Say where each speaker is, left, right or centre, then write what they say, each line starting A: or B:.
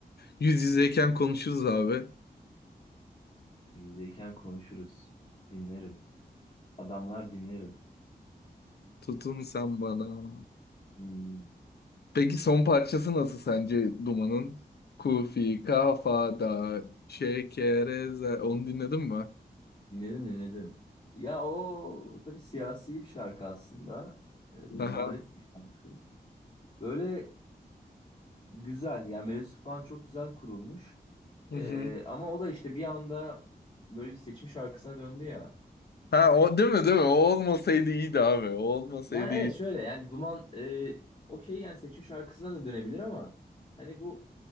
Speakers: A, on the left; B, on the left.
A: Yüz yüzeyken konuşuruz abi.
B: Yüzdeyken konuşuruz. Dinlerim. Adamlar dinlerim.
A: Tutun sen bana.
B: Hmm.
A: Peki son parçası nasıl sence Duman'ın? Kufi kafada şekereze. Onu dinledin mi?
B: Dinledim dinledim. Ya o tabii siyasi bir şarkı aslında. E, muhalif
A: Aha.
B: bir şarkı. Böyle güzel yani melodisi falan çok güzel kurulmuş.
A: Hı
B: E,
A: hı.
B: ama o da işte bir anda böyle bir seçim şarkısına döndü ya.
A: Ha o değil mi değil mi? O olmasaydı iyiydi abi. O olmasaydı
B: Yani evet
A: iyiydi.
B: şöyle yani Duman e, okey yani seçim şarkısına da dönebilir ama hani bu